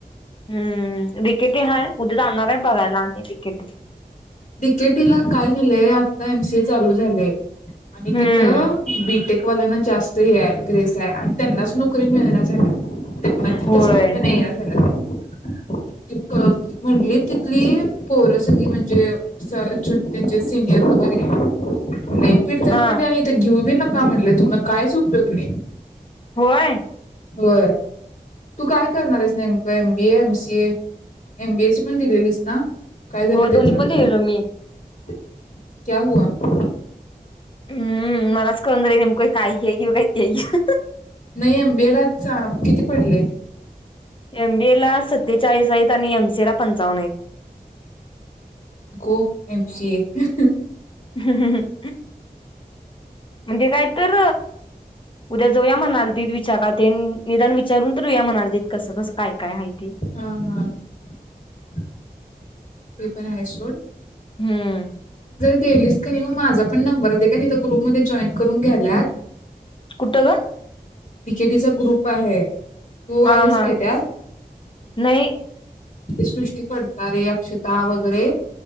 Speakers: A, on the left; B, on the left.
A: हम्म डी के टी हाय उदया जाणार हाय बघायला आम्ही डी के टी त.
B: डी के टी ला काय झालंय आता एम सी ए चालू झाले आणि
A: हम्म
B: तिथं बीटेकवाल्यांना जास्त हे आहे ग्रेस आहे आणि त्यांनाच नोकरी मिळेना झाल्या त्यांना तिथंच
A: होय
B: नोकरी नाहीया झाल्या. <inaudible> त म्हटली तिथली पोरं सगळी म्हणजे स त्यांचे सिनियर वगैरे लई पिडत्यात
A: हा
B: म्हणजे आणि इथे घेऊ बी नक का म्हणलं तुमी कायच उपयोग नाही.
A: होय.
B: होय तू काय करणार हाईस नेमकं M B A, M C A. M B A ची पण दिलेलीस ना? काय झालं
A: हो
B: त्याचं
A: दोन्ही पण दीलेलो मी.
B: <unintelligible>
A: हम मलाच कळना झाले नेमकं मी काय घेऊ? हे घेऊ काय ते घेऊ?
B: नाही एम बी ए ला चा किती पडले?
A: एम बी ए ला सत्तेचाळीस आहेत आणि एम सी ए ला पंचावन्न आहेत.
B: गो एम सी ए.
A: <inaudible>
B: <inaudible>
A: म्हणजे काय तर उद्या जोया म्हणालतीत विचारा तेन निदान विचारून येऊया म्हणालतीत कसं-कसं काय काय आहे.
B: हा, हा, ह. <inaudible> ते पण आहे सोड.
A: हम्म.
B: केलीस क नाही मग माझा पण नंबर दे काय तिथ ग्रुपमध्ये जॉईन करून घ्याल्यात.
A: कुठ ग?
B: डी के टी चा ग्रुप आहे. तू
A: हा
B: आहेस
A: हा
B: काय त्यात?
A: नाही
B: सृष्टी पडतारे, अक्षता वगैरे